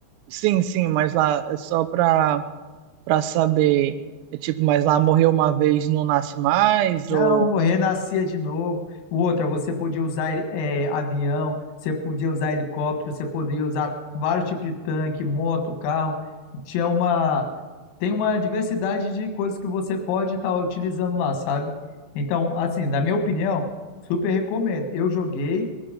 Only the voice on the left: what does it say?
Não,
morrer, nascia de novo. O outro, você podia usar eh, avião, você podia usar helicóptero, você podia usar vários tipos de tanque, moto, carro. Tinha uma, tem uma diversidade de coisas que você pode estar utilizando lá, sabe? Então, assim, na minha opinião, super recomendo. Eu joguei,